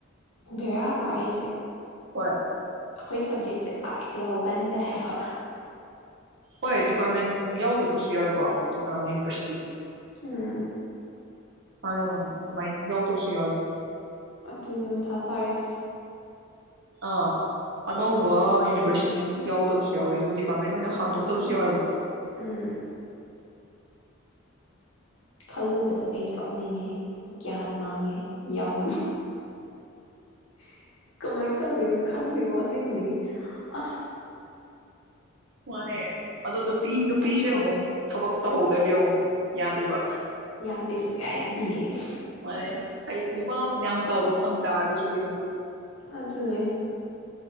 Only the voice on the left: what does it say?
ꯕꯦꯔꯥ ꯀꯥꯏꯌꯦꯁꯦ
ꯑꯩꯈꯣꯏ ꯁꯕꯖꯦꯛꯁꯦ ꯄꯥꯛ ꯌꯥꯎꯒꯟꯗꯦ ꯍꯥꯏꯕ
ꯑꯝ
ꯑꯗꯨꯅꯤ ꯃ ꯊ ꯁꯥꯔꯁ
ꯎꯝ ꯈꯜꯂꯨꯕꯗ ꯑꯩ ꯀꯞꯅꯤꯡꯉꯦ ꯒ꯭ꯌꯥꯟ ꯃꯥꯡꯉꯦ ꯌꯥꯝ <inaudible> ꯀꯃꯥꯏꯅ ꯇꯧꯗꯣꯏꯅꯣ ꯈꯪꯗꯦꯉꯣ ꯑꯁꯦꯡꯕꯒꯤ ꯑꯁ
ꯌꯥꯗꯦꯁꯨ ꯀꯌꯥ ꯌꯥꯗꯤꯌꯦ <inaudible>
ꯑꯗꯨ ꯑꯗꯨꯅꯦ